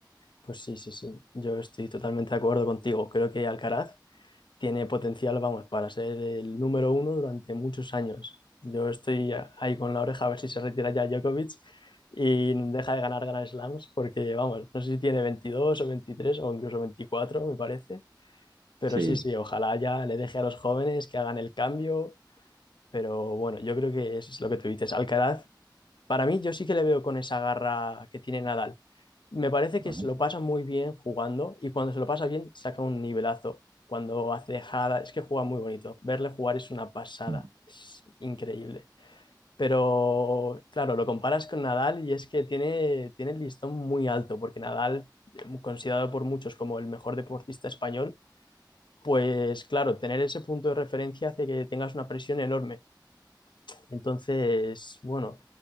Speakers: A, on the left; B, on the right.
A: Pues sí, sí, sí, yo estoy totalmente de acuerdo contigo. Creo que Alcaraz tiene potencial, vamos, para ser el número uno durante muchos años. Yo estoy a- ahí con la oreja a ver si se retira ya Djokovic y deja de ganar Grand Slams, porque, vamos, no sé si tiene 22 o 23 o incluso 24, me parece. Pero
B: Sí.
A: sí, sí, ojalá ya le deje a los jóvenes que hagan el cambio. Pero bueno, yo creo que es lo que tú dices. Alcaraz para mí, yo sí que le veo con esa garra que tiene Nadal. Me parece que
B: Ajá.
A: se lo pasa muy bien jugando y cuando se lo pasa bien saca un nivelazo. Cuando hace jada, es que juega muy bonito. Verle jugar es una pasada,
B: Mm.
A: es increíble. Pero claro, lo comparas con Nadal y es que tiene, tiene el listón muy alto, porque Nadal, considerado por muchos como el mejor deportista español, pues claro, tener ese punto de referencia hace que tengas una presión enorme. Entonces, bueno,